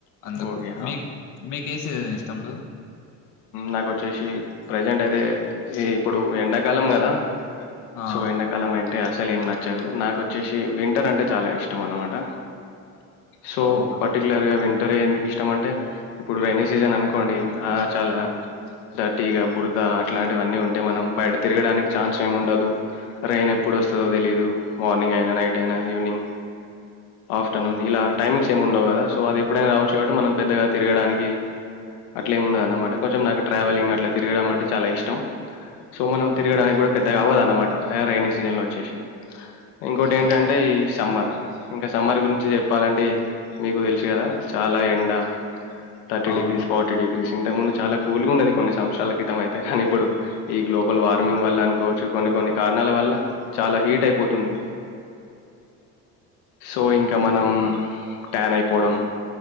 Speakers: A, on the left (about 55°); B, on the left (about 85°).
A: అందుకు
B: ఓకే.
A: మీక్ మీకు ఎ సీసన్ తముడు
B: నాకుొచ్చేసి ప్రెజెంట్ అయితే ఈ ఇప్పుడు ఎండాకాలం కదా
A: ఆ
B: సో ఎండ కాలమ అంటే అసలు ఏమి నచ్చదు నాకు వచ్చేసి వింటర్ అంటే చాలా ఇష్టం అనమాట సో
A: అవునా
B: పర్టికులర్గా విం టర్ ఎందుకు ఇష్టం అంటే ఇప్పుడు రెైనీ సీజన్ అనుకోండి ఆ చాలా డర్టీగా బురద అట్లాంటివన్నీ ఉంటాయి మనం బయట తిరగడానికి ఛాన్స్ ఏమి ఉండదు రైన్ ఎప్పుడు వస్తుందో తెలీదు మార్నింగ్ అయినా నైట్ అయినా ఈవినింగ్ ఆఫ్టర్నూన్
A: మ్మ్
B: ఇలా టైమింగ్స్ ఉండవు కదా సో అది ఎప్పుడైనా రావచ్చు కాబట్టి మనం పెద్దగా తిరగడానికి అట్లా ఏమి ఉండదున్నమాట, కొంచెం నాకు ట్రావెలింగ్ అట్లా తిరగడం అంటే చాలా ఇష్టం, సో మనం తిరగడానికి కూడా పెద్దగా అవ్వదున్నమాట రైైనీ సీజన్లో వచ్చేసి ఇంకోటి ఏంటంటే
A: ఓకే
B: ఈ సమ్మర్ ఇంకా సమ్మర్ గురించి చెప్పాలంటే మీకు తెలుసు కదా చాలా ఎండ థర్టీ
A: అవును
B: డిగ్రీస్ డిగ్రీ సింటమ్ ఉంది చాలా కూల్గా ఉండది కొన్ని సంవత్సరాల క్రితం అయితే, కానీ ఇప్పుడు ఈ గ్లోబల్ వార్మింగ్ వల్ల అనుకోవచ్చు కొన్ని కొన్ని కారణాల వల్ల చాలా హీట్ అయిపోతుంది, సో ఇంకా మనం ట్యాన్ అయిపోవడం